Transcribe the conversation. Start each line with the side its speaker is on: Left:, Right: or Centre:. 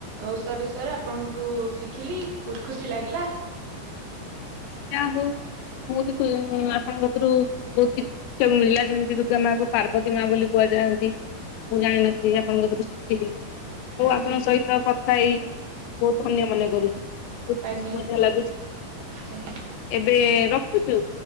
Right: ଓଷା ବିଷୟରେ ଆପଣଠୁ ଶିଖିଲି ବହୁତ ଖୁସି ଲାଗିଲା।
Left: ଯାହା ହଉ, ମୁଁ ବି ଆପଣଙ୍କ ଥୁରୁ ବହୁତ କିଛି। ଶିକ୍ଷକଙ୍କୁ ମିଳିଲା ଯେମିତି ଦୁର୍ଗା ମା କୁ ପାର୍ବତୀ ମାଆ ବୋଲି କୁହାଯାନ୍ତି। ମୁଁ ଜାଣିନଥିଲି ଆପଣଙ୍କ ଥିରୁ ଶିଖିଲି। ହଉ
Right: ଆଜ୍ଞା
Left: ଆପଣ ଶୋଇଥାନ୍ତି କଥା ହେଇ, ମୁଁ ବହୁତ ଧନ୍ୟ ମନେ କରୁଛି। ବହୁତ ଖୁସି
Right: ଆଜ୍ଞା
Left: ମଧ୍ୟ ଲାଗୁଛି।
Right: ଆଜ୍ଞା।
Left: ଏବେ ରଖୁଛୁ,